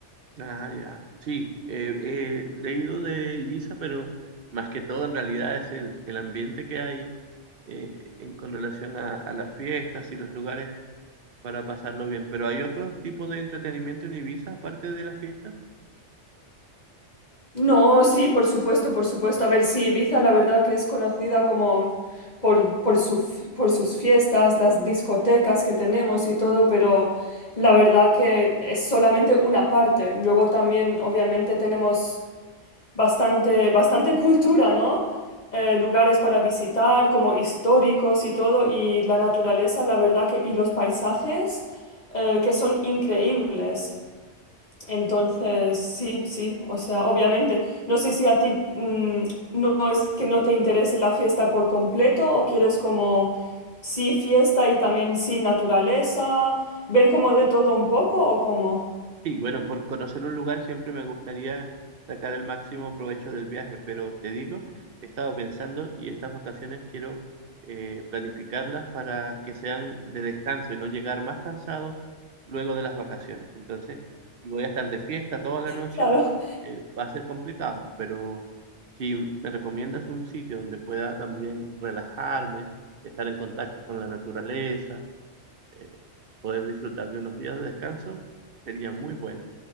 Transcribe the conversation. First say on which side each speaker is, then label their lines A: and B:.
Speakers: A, on the right; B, on the left.
A: Ah, ya. Sí, eh, eh, leído de Ibiza, pero más que todo en realidad es el, el ambiente que hay eh, en, con relación a, a las fiestas y los lugares para pasarlo bien. Pero hay otro tipo de entretenimiento en Ibiza aparte de las fiestas.
B: No, sí, por supuesto, por supuesto. A ver, sí, Ibiza la verdad que es conocida como por, por su f- por sus fiestas, las discotecas que tenemos y todo, pero la verdad que es solamente una parte. Luego también, obviamente, tenemos bastante, bastante <laughs> cultura, ¿no? Eh, lugares para visitar, como históricos y todo, y la naturaleza, la verdad que, y los paisajes, eh, que son increíbles. Entonces, sí, sí, o sea, obviamente. No sé si a ti mm, no es que no te interese la fiesta por completo o quieres como sí fiesta y también sí naturaleza, ver como de todo un poco o cómo. <laughs>
A: Sí, bueno, por conocer un lugar siempre me gustaría sacar el máximo provecho del viaje, pero te digo, he estado pensando y estas vacaciones quiero eh, planificarlas para que sean de descanso y no llegar más cansado luego de las vacaciones. Entonces, si voy a estar de fiesta toda la noche,
B: Claro,
A: eh, va a ser complicado, pero si me recomiendas un sitio donde pueda también relajarme, estar en contacto con la naturaleza, eh, poder disfrutar de unos días de descanso, sería muy bueno.